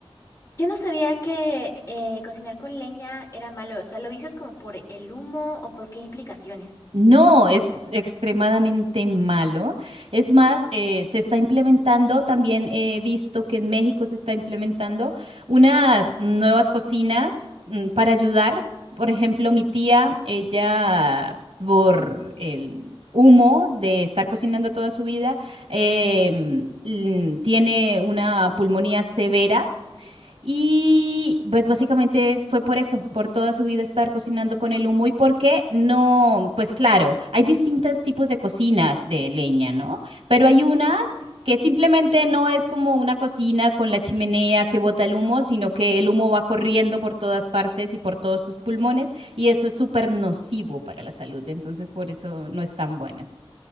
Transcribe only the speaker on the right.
No, es extremadamente malo. Es más, eh, se está implementando, también he visto que en México se está implementando unas nuevas cocinas mm, para ayudar. Por ejemplo, mi tía, ella por el humo de estar cocinando toda su vida, em, mm, tiene una pulmonía severa. Y pues básicamente fue por eso, por toda su vida estar cocinando con el humo y por qué no, pues claro, hay distintos tipos de cocinas de leña, ¿no? Pero hay unas que simplemente no es como una cocina con la chimenea que bota el humo, sino que el humo va corriendo por todas partes y por todos tus pulmones y eso es súper nocivo para la salud, entonces por eso no es tan buena.